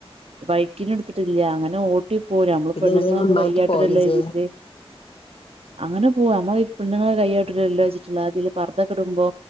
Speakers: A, on the right (about 70°); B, on the left (about 60°).
A: ബൈക്കിനിട്ത്ത്ട്ട്ല്യ അങ്ങനെ ഓട്ടി പോവും നമ്മള്
B: പിന്നെ
A: പെണ്ണുങ്ങളാവുമ്പൊ
B: എങ്ങനെ നിങ്ങളെ ഉമ്മാന്റടുത്ത്
A: കയ്യാട്ടുല്ലല്ലോ
B: പോവല് ഇജ്ജ്?
A: കര്തിട്ട് അങ്ങനെ പോവും നമ്മള് പെണ്ണ്ങ്ങളെ കൈയാട്ടൂലല്ലോച്ചിട്ടുള്ളാതില് പർദ്ദക്കെടുമ്പോ